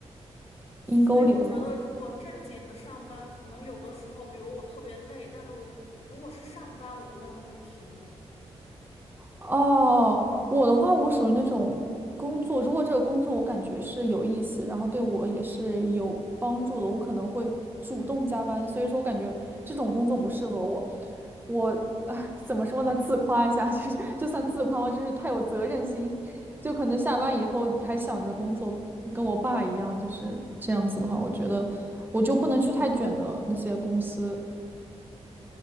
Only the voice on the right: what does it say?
阴沟里的老师。
哦，我的话，我属于那种工作，如果这个工作我感觉是有意思，然后对我也是有帮助的，我可能会主动加班。所以说我感觉这种工作不适合我。我呃，怎么说呢？自夸一下，<laughs> 就是就算自夸吧，就是太有责任心，就可能下班以后还想着工作，跟我爸一样，就是这样子的话，我觉得我就不能去太卷的那些公司。